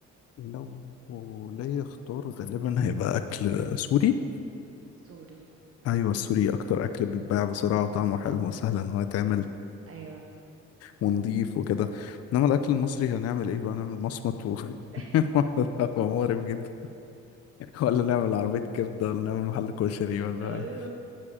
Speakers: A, on the left; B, on the right.
A: لو ليا اختار غالبا هيبقى اكل سوري
B: سوري
A: ايوه السوري اكتر اكل بيتباع بسرعه وطعمه حلو وسهل ان هو يتعمل
B: ايوه
A: ونضيف وكده انما الاكل المصري هنعمل ايه بقى نعمل مصمت و
B: <laughs>
A: <laughs> مقرف جدا ولا نعمل عربية كبدة ولا نعمل محل كشري ولا
B: ايوه